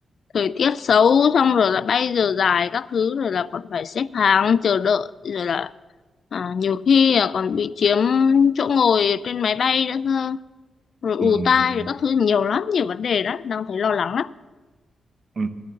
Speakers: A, on the left; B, on the right.
A: thời tiết xấu xong rồi là bay giờ dài các thứ rồi là còn phải xếp hàng chờ đợi rồi là à, nhiều khi là còn bị chiếm chỗ ngồi trên máy bay nữa cơ rồi ù
B: ừ. ừ.
A: tai rồi các thứ nhiều lắm nhiều vấn đề đó đang thấy lo lắng lắm
B: Ừ.